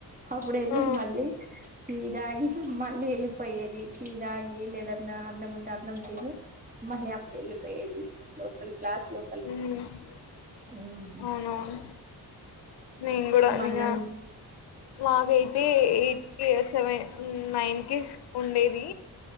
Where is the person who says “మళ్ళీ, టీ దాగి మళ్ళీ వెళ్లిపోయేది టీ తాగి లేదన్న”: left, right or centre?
Right